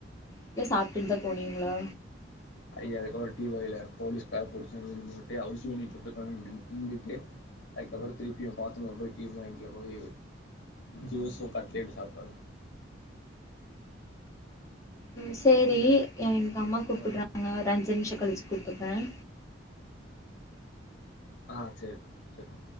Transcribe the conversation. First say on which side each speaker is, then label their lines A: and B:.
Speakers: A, on the left (about 15°); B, on the left (about 55°).
A: இல்ல சாப்ட்டுட்டு தா போனீங்ளா
B: ஐயாதுக்கு ஒரு டி பாய்ல போலீஸ்கார <unintelligible> <unintelligible> அதுக்கப்பறம் திருப்பியு <unintelligible> போய் டீ பாயிண்ட்ல போய் ஜூஸும்
A: ம்
B: கட்லேட் சாப்ட்டோ
A: ம் சேரி எங்க அம்மா
B: வந்துட்டு
A: கூப்ட்றாங்க ஒரு அஞ்சு நிமிஷொ கழிச்சு கூப்புறன்
B: ஆ செரி சரி